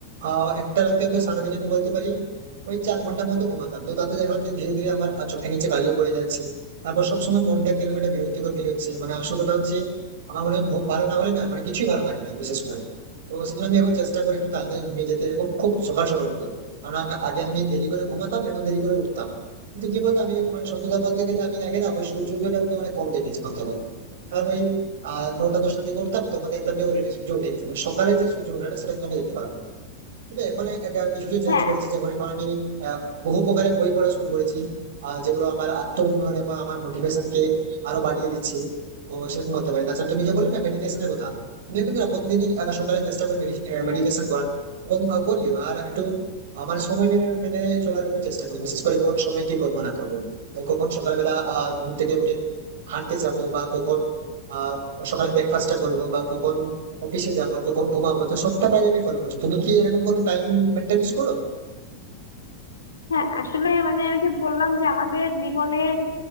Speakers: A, on the right; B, on the left.
A: আহ একটা রাতে হয়তো সারাদিন আমি বলতে পারি ওই চার ঘন্টার মতো ঘুমাতাম তো তাতে দেখলাম যে ধীরে ধীরে আমার আহ, চোখের নিচে কালিও পড়ে যাচ্ছে তারপর সবসময় মনটা কিরকম একটা বিরক্তিকর ফিল হচ্ছে মানে আসল কথা হচ্ছে আমার মনে হয় ঘুম ভালো না হলে না মানে কিছুই ভালো লাগে না বিশেষ করে তো সেজন্য আমি এখন চেষ্টা করি একটু তাড়াতাড়ি ঘুমিয়ে যেতে এবং খুব সকাল সকাল উঠতে কারণ আগে আমি দেরি করে ঘুমাতাম এবং দেরি করে উঠতাম কিন্তু কি বলতো আমি মানে সত্যতা বলতে গেলে আমি আগে না ওই সূর্য উদয়টা একদম মানে কম দেখেছি বলতে পারি কারণ ওই আহ নটা দশটার দিকে উঠতাম তখন দেখতাম যে অলরেডি সূর্য উঠে গেছে মানে সকালে যে সূর্য ওঠাটা সেটা কিন্তু আমি দেখতে পারবো তবে এখন এটা কিছু চেঞ্জ
B: হ্যাঁ
A: করেছি যেমন এখন আমি আহ, বহু প্রকারের বই পড়া শুরু করেছি আর যেগুলো আমার আত্ম উন্নয়ন এবং আমার মোটিভেশনকে আরো বাড়িয়ে দিচ্ছে তো সেরকম হতে পারে তাছাড়া তুমি যে বললে না মেডিটেশনের কথা আমি কিন্তু না প্রতিদিনই আহ, সকালে চেষ্টা করি
B: হুম
A: মেডিটেশন করার এবং আহ, করিও আর একটু আমার সময় মেনে মেনে চলার একটু চেষ্টা করি বিশেষ করে কোন সময় কি করবো না করবো এই কখন সকালবেলা আহ, ঘুম থেকে উঠে হাঁটতে যাব বা কখন আহ সকালে ব্রেকফাস্টটা করবো বা কখন অফিসে যাবো কখন ঘুমাবো তো সবটা টাইম আমি ফলো করছি তুমি কি এরকম কোনো টাইম মেনটেন করো
B: হ্যাঁ আসলে মানে আমি যে বললাম যে আমাদের জীবনের